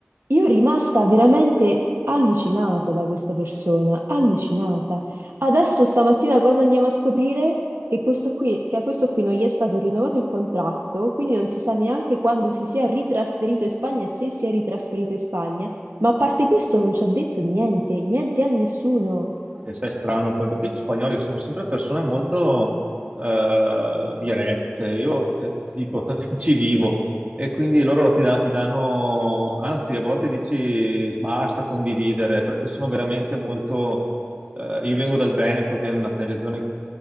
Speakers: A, on the right; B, on the right.
A: Io rimasta veramente allucinata da questa persona, allucinata. Adesso stamattina cosa andiamo a scoprire? Che questo qui, che a questo qui non gli è stato rinnovato il contratto, quindi non si sa neanche quando si sia ritrasferito in Spagna, e se si è ritrasferito in Spagna, ma a parte questo non ci ha detto niente, niente a nessuno.
B: E sai, è strano poi, perché gli spagnoli sono sempre persone molto eh, dirette. Io te- ti dico, <laughs> ci vivo. E quindi loro ti, da- ti danno, anzi, a volte dici basta condividere, perché sono veramente molto. eh, io vengo dal Veneto, che è una delle zone